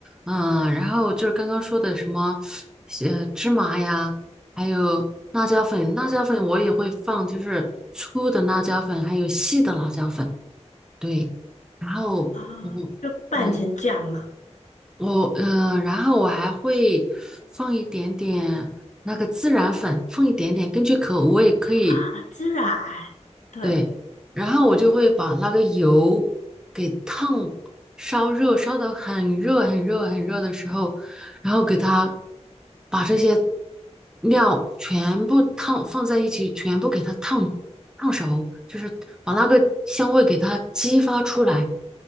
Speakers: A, in the centre; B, on the left.
A: 嗯，然后就是刚刚说的什么，呃，芝麻呀，还有辣椒粉，辣椒粉我也会放，
B: 对
A: 就是粗的辣椒粉，还有细的辣椒粉，对，然后我。
B: 啊，就拌成酱嘛。
A: 嗯我呃，然后我还会放一点点那个孜然粉，放一点点，根据口味可以，
B: 啊，孜然，对，
A: 对。然后我就会把那个油给烫，烧热，烧得很热很热很热的时候，然后给它把这些料全部烫放在一起，全部给它烫烫熟，就是把那个香味给它激发出来。